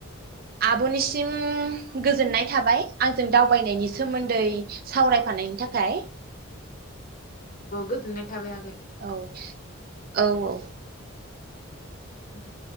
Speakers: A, on the right; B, on the left.
A: आब'निसिम गोजोननाय थाबाय आंजों दावबायनायनि सोमोन्दै सावरायफानायनि थाखाय।
B: गोजोन्नाय थाबाय आगै।
A: औ औ औ
B: दे